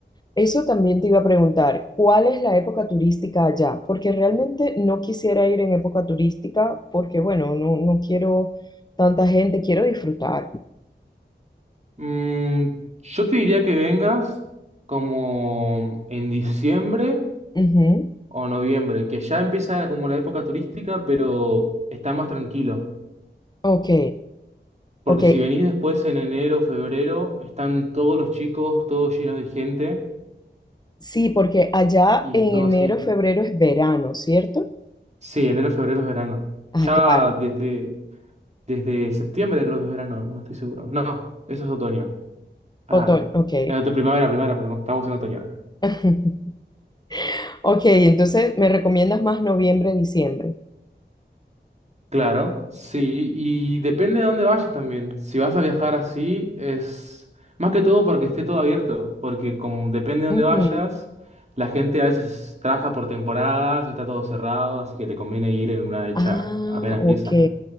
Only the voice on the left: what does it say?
Eso también te iba a preguntar, ¿cuál es la época turística allá? Porque realmente no quisiera ir en época turística porque, bueno, no, no quiero tanta gente, quiero disfrutar.
Ujú.
Ok,
ok.
Sí, porque
allá
en
enero, febrero es verano, ¿cierto?
Ah,
claro.
Otoño, ok.
<laughs> Ok, entonces me recomiendas más noviembre, diciembre.
Ujú.
Ah,
ok.